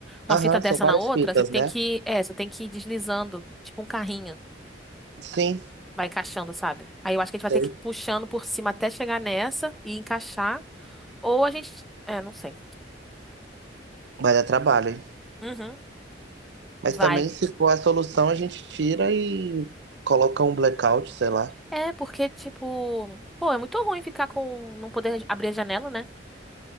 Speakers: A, in the centre; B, on the right.
A: Uma
B: Aham,
A: fita dessa
B: são várias
A: na outra,
B: fitas,
A: você tem
B: né?
A: que, é, você tem que ir deslizando, tipo um carrinho.
B: Sim,
A: Vai encaixando, sabe? Aí eu acho que a gente vai
B: sei.
A: ter que ir puxando por cima até chegar nessa e encaixar. Ou a gente, é, não sei.
B: Vai dar trabalho, hein?
A: Uhum.
B: Mas
A: Vai.
B: também, se for a solução, a gente tira e coloca um blackout, sei lá.
A: É, porque, tipo, pô, é muito ruim ficar com, não poder abrir a janela, né?